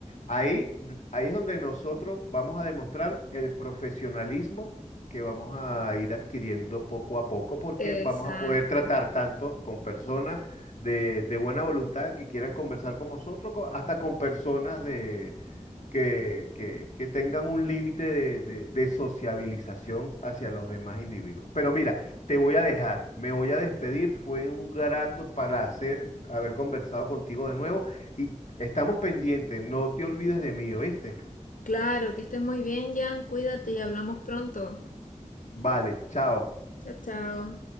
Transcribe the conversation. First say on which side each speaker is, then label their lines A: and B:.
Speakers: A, on the left; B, on the left.
A: ahí, ahí es donde nosotros vamos a demostrar el profesionalismo que vamos a ir adquiriendo poco a poco, porque
B: exacto.
A: vamos a poder tratar tanto con personas de, de buena voluntad que quieran conversar con nosotros, co- hasta con personas que, que- que tengan un límite de, de- de sociabilización hacia los demás individuos. Pero mira, te voy a dejar, me voy a despedir, fue un grato placer haber conversado contigo de nuevo y estamos pendientes, no te olvides de mí, ¿oíste?
B: Claro, que estés muy bien, Jan. Cuídate y hablamos pronto.
A: Vale, chao.
B: Chao, chao.